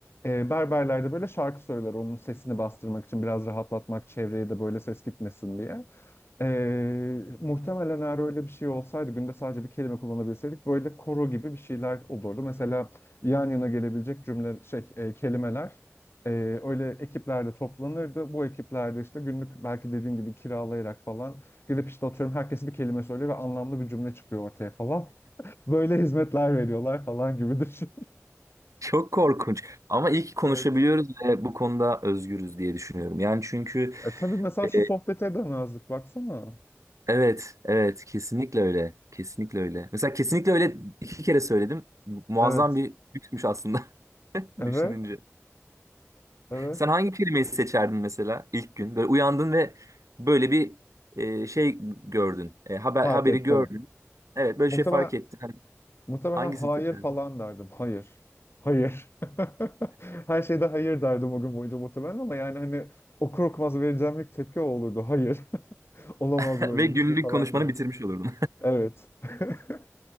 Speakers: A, on the left (about 50°); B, on the right (about 85°).
A: Ee, berberlerde böyle şarkı söyler onun sesini bastırmak için biraz rahatlatmak çevreye de böyle ses gitmesin diye. Ee, muhtemelen eğer öyle bir şey olsaydı günde sadece bir kelime kullanabilseydik böyle koro gibi bir şeyler olurdu. Mesela yan yana gelebilecek cümle şey e, kelimeler ee, öyle ekiplerle toplanırdı. Bu ekiplerde işte günlük belki dediğim gibi kiralayarak falan gidip işte atıyorum herkes bir kelime söylüyor ve anlamlı bir cümle çıkıyor ortaya falan. <laughs> Böyle hizmetler veriyorlar falan gibi düşün. <laughs>
B: Çok korkunç. Ama iyi ki konuşabiliyoruz
A: Evet.
B: ve bu konuda özgürüz diye düşünüyorum. Yani çünkü
A: E tabii mesela
B: e,
A: şu sohbeti edemezdik baksana.
B: evet, evet kesinlikle öyle. Kesinlikle öyle. Mesela kesinlikle öyle iki kere söyledim. Muazzam
A: Evet.
B: bir lüksmüş aslında <laughs>
A: Evet,
B: düşününce.
A: evet.
B: Sen hangi kelimeyi seçerdin mesela ilk gün? Böyle uyandın ve böyle bir e, şey gördün. E, haber,
A: Fark
B: haberi
A: ettim.
B: gördün. Evet böyle
A: Muhtemelen,
B: şey fark ettin. Hani
A: muhtemelen
B: hangisini
A: hayır
B: seçerdin?
A: falan derdim. Hayır. Hayır. <laughs> Her şeyde hayır derdim o gün boyunca muhtemelen ama yani hani okur okumaz vereceğim ilk tepki o olurdu. Hayır. Olamaz
B: <laughs>
A: böyle
B: Ve günlük
A: bir şey falan
B: konuşmanı
A: diye.
B: bitirmiş olurdun.
A: Evet. <laughs>